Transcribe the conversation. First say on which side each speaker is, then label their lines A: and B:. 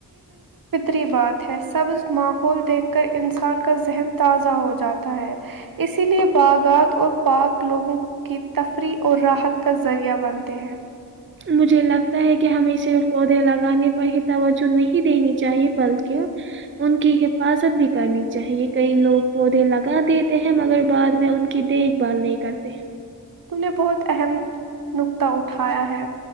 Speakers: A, on the right; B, on the right.
A: ری بات ہے سبز ماحول دیکھ کر انسان کا ذہن تازہ ہو جاتا ہے اسی لیے باغات اور پاک لوگوں کی تفریح اور راحت کا ذریعہ بنتے ہیں
B: مجھے لگتا ہے کہ ہمیں صرف پودے لگانے پر ہی توجہ نہیں دینی چاہیے بلکہ ان کی حفاظت بھی کرنی چاہیے کئی لوگ پودے لگا دیتے ہیں مگر بعد میں ان کی دیکھ بھال نہیں کرتے
A: تو نے بہت اہم نکطہ اٹھایا ہے